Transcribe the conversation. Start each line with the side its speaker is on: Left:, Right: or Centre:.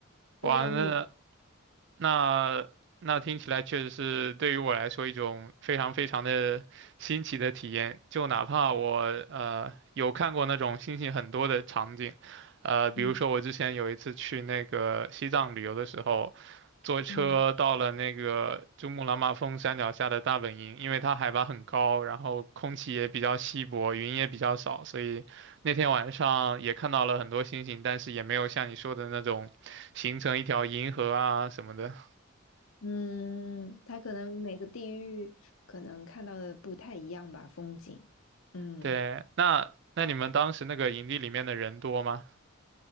Left: 不一样的目的
Right: 哇，那那那听起来确实是对于我来说一种非常非常的新奇的体验。就哪怕我呃有看过那种星星很多的场景，呃，比如说我之前有一次去那个西藏旅游的时候，
Left: 嗯
Right: 坐车到了那个珠穆朗玛峰山脚下的大本营，
Left: 嗯
Right: 因为它海拔很高，然后空气也比较稀薄，云也比较少，所以那天晚上也看到了很多星星，但是也没有像你说的那种。形成一条银河啊什么的。
Left: 嗯，他可能每个地域可能看到的不太一样吧，风景。嗯。
Right: 对，那那你们当时那个营地里面的人多吗？